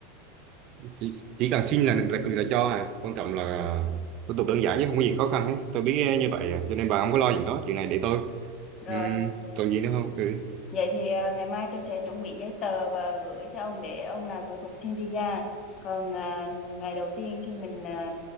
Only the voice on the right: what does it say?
chỉ, chỉ cần xin là, là là cho à quan trọng là à, thủ tục đơn giản chứ không có gì khó khăn hết tôi biết
à, như vậy à. cho nên bà không có lo chuyện đó chuyện này để tôi
Ừm, còn gì nữa không ừ